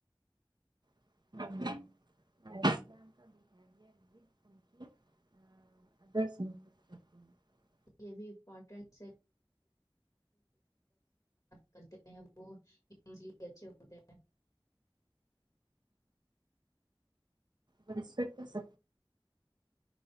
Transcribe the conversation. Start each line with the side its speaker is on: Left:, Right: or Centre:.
Right: <inaudible>
Left: یہ بھی امپٹین ہے کرتے ہیں وہ اچھے ہوتے ہیں
Right: سب کچھ